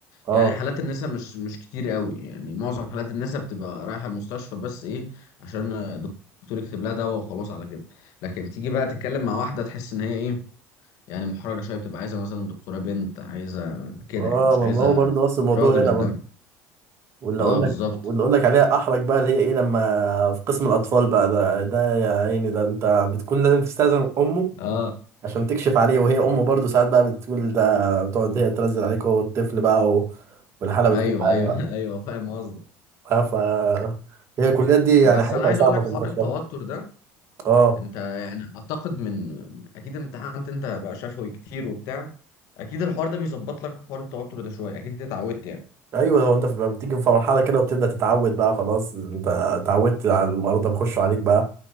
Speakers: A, on the right; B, on the left.
A: اه
B: يعني حالات النساء مش مش كتير قوي يعني معظم حالات النساء بتبقى رايحة المستشفى بس ايه عشان الدكتور يكتب لها دواء وخلاص على كده لكن تيجي بقى تتكلم مع واحدة تحس ان هي ايه يعني محرجة شوية بتبقى عايزة مثلا دكتورة بنت عايزة كده
A: اه
B: يعني مش
A: ما
B: عايزة
A: هو برضه نفس الموضوع
B: راجل
A: هنا
B: قدامها
A: برضه واللي
B: اه
A: اقول
B: بالظبط
A: لك واللي اقول لك عليها احرج بقى اللي هي ايه لما في قسم الاطفال بقى ده ده يا عيني ده انت بتكون لازم تستأذن امه
B: اه
A: عشان تكشف عليه وهي امه برضه ساعات بقى بتقول ده بتقعد هي تنزل عليك هو الطفل بقى و... والحاله بتكون
B: ايوه
A: حاله
B: ايوه <laughs> ايوه فاهم قصدك
A: آه، ف هي الكليات دي يعني
B: بس
A: حياتها
B: انا عايز
A: صعبة
B: اقول لك
A: في
B: حوار
A: انتشار
B: التوتر ده
A: اه
B: انت يعني اعتقد من اكيد امتحنت انت بقى شفوي كتير وبتاع اكيد الحوار ده بيظبط لك حوار التوتر ده شوية اكيد اتعودت يعني
A: ايوه هو انت في- بتيجي في مرحلة كده وبتبدأ تتعود بقى خلاص انت اتعودت على المرضى بيخشوا عليك بقى